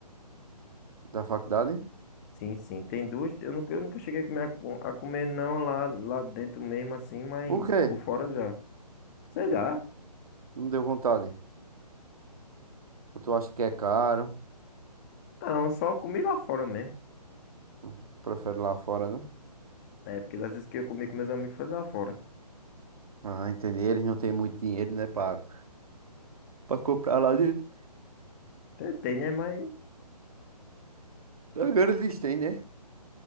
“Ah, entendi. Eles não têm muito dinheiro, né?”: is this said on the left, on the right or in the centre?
Right